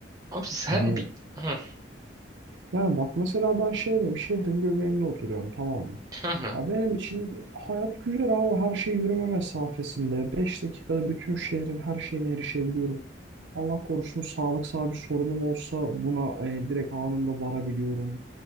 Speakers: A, on the right; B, on the right.
A: Abi sen
B: Hani
A: bir... Hı,
B: yani bak mesela ben şey diyeyim, şehrin göbeğinde oturuyorum tamam mı?
A: hı, hı.
B: Ya benim için hayat güzel abi. Her şey yürüme mesafesinde. beş dakikada bütün şehrin her şeyine erişebiliyorum. Allah korusun sağlıksal bir sorunum olsa buna e, direkt anında varabiliyorum.